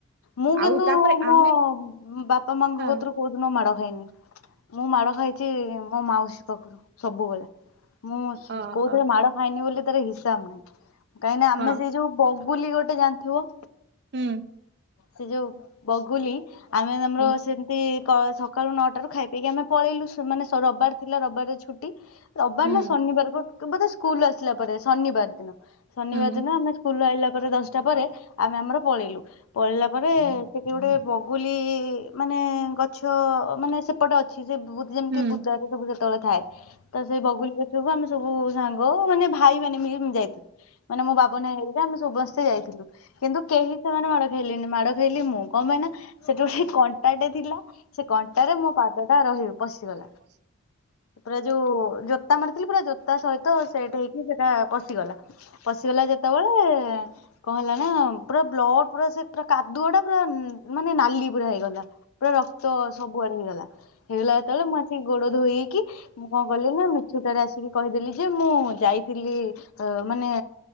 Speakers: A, on the left; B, on the right.
A: ମୁଁ କିନ୍ତୁ
B: ଆଉ ତାପରେ।
A: ମୋ
B: ଆମେ
A: ବାପା ମାଙ୍କ
B: ହଁ
A: କତରୁ। କୋଉ ଦିନ ମାଡ ଖାଇନି ମୁଁ ମାଡ ଖାଇଛି ମୋ ମାଉସୀ ପାଖରୁ ସବୁବେଳେ। ମୁଁ ସ୍
B: ଓହୋ
A: କୋଉ ଥିରେ ମାଡ ଖାଇନି ବୋଲି ତାର ହିସାବ ନାହିଁ କାହିଁକିନା ଆମେ
B: ହଁ
A: ସେଇ ଯୋଉ ବ ଗୁଲି ଗୋଟେ ଜାଣିଥିବ।
B: ହୁଁ।
A: ସେଇ ଯୋଉ ବଗୁଲି ଆମେ ମାନେ
B: ହଁ
A: କ ସେମିତି। ତ ସକାଳୁ ନଅଟା ରୁ ଖାଇ ପକି ଆମେ ପଳେଇଲୁ ସୁ ମାନେ ରବିବାର ଥିଲା ରବିବାର ରେ ଛୁଟି। ରବାର
B: ହୁଁ
A: ନା ଶନିବାର କୋ ବୋଧେ ସ୍କୁଲ ରୁ ଆସିଲା ପରେ ଶନିବାର ଦିନ। ଶନିବାର
B: ହୁଁ
A: ଦିନ ଆମେ ସ୍କୁଲ ଆଇିଲା ପରେ ଦଶଟା ପରେ ଆମେ ଆମର ପଳେଇଲୁ ପଳେଇିଲା ପରେ। ସେଠି ଗୋଟେ ବଗୁଲି ମାନେ ଗଛ ମାନେ ସେପଟେ ଅଛି ସେ ବୁ ଯେମତି
B: ହୁଁ
A: ବୁଦା
B: ହୁଁ
A: ରେ ସବୁ ସେତେ ବେଳେ ଥାଏ। ତ ସେଇ ବଗୁଲି ଗଛକୁ ଆମେ ସବୁ ସାଙ୍ଗ ମାନେ ଭାଇ ମାନେ ମି ଯାଇଥିଲୁ। ମାନେ ମୋ ବାବୁ ନା ଘରିକା ଆମେ ସମସ୍ତେ ଯାଇଥିଲୁ କିନ୍ତୁ କେହି ସେମାନେ ମାଡ ଖାଇଲେନି ମାଡ ଖାଇଲି ମୁଁ କଁ ପାଇଁ ନା ସେଠି ଗୋଟେ କଣ୍ଟାଟେ ଥିଲା। ସେ କଣ୍ଟାରେ ମୋ ପାଦ ଟା ରହି ପଶିଗଲା ପୁରେ ଯୋଉ ଯୋ ଜୋତା ମାଡିଥିଲି ପୁରା ଜୋତା ସହିତ ସେଟ ହେଇକି ସେଇଟା ପଶିଗଲା। ପଶିଗଲା ଯେତେ ବେଳେ କଁ ହେଲା ନା ପୁରା ବ୍ଲଡ ପୁରା ସେ ପୁରା କାଦୁଅ ଟା ପୁରା ମାନେ ନାଲି ପୁରା ହେଇଗଲା ପୁରା ରକ୍ତ ସବୁଆଡେ ହେଇଗଲା। ହେଇଗଲା ଯେତେବେଳେ ମୁଁ ଆସିକି ଗୋଡ ଧୋଇ ହେଇକି ମୁଁ କଣ କଲିି ନା ମିଛୁଟା ରେ ଆସିକି। କହିଦେଲି ଯେ ମୁଁ ଯାଇଥିଲି ଉଁ ମାନେ।